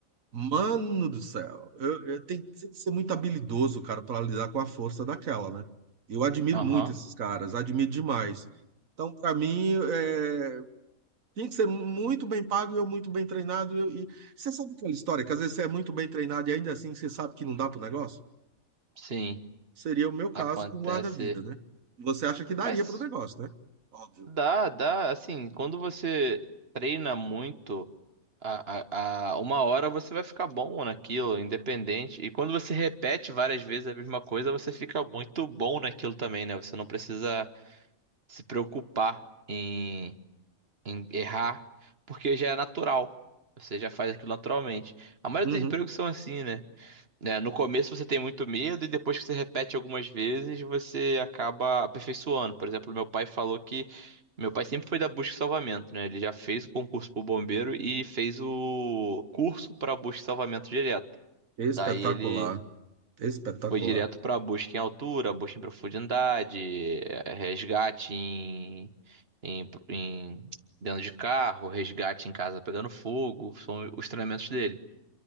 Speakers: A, on the right (about 70°); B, on the right (about 45°).
A: Mano do céu, eu, eu tem, tem que ser muito habilidoso, cara, para lidar com a força daquela, né? Eu admiro
B: aham,
A: muito esses caras, admiro demais. Então, para mim, é, tem que ser muito bem pago e eu muito bem treinado. E, eu- e- você sabe aquela história que às vezes você é muito bem treinado e ainda assim você sabe que não dá pro negócio?
B: sim,
A: Seria o meu caso
B: acontece.
A: com guarda-vida, né? Você acha que daria
B: Mas
A: pro negócio, né? Óbvio.
B: Dá, dá. Assim, quando você treina muito, a, a, a- uma hora você vai ficar bom naquilo, independente. E quando você repete várias vezes a mesma coisa, você fica muito bom naquilo também, né? Você não precisa se preocupar em, em errar, porque já é natural. Você já faz aquilo naturalmente. A maioria
A: Uhum.
B: dos empregos são assim, né? né? No começo você tem muito medo e depois que você repete algumas vezes, você acaba aperfeiçoando. Por exemplo, meu pai falou que meu pai sempre foi da busca e salvamento, né? Ele já fez o concurso para o bombeiro e fez o curso para busca e salvamento direto.
A: Espetacular,
B: Daí ele
A: espetacular.
B: foi direto para busca em altura, busca em profundidade, eh, resgate em, em, em dentro de carro, resgate em casa pegando fogo, são os treinamentos dele.